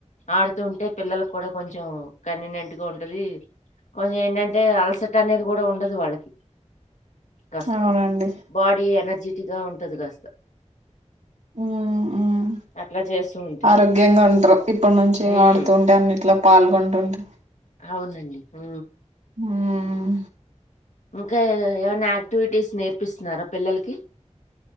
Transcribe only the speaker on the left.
ఆడుతూ ఉంటే పిల్లలకు కూడా కొంచెం కన్వీమెంట్ గా ఉంటది కొంచెం ఏంటంటే అలసట అనేది కూడా ఉండదు వాళ్ళకి కాస్త
బాడీ ఎనర్జెటిక్ గా ఉంటది కాస్త
అట్లా చేస్తూ ఉంటే.
హ్మ్.
అవునండి ఆ
ఇంకా ఏమన్నా ఆక్టివిటీస్ నేర్పిస్తున్నారా పిల్లలకి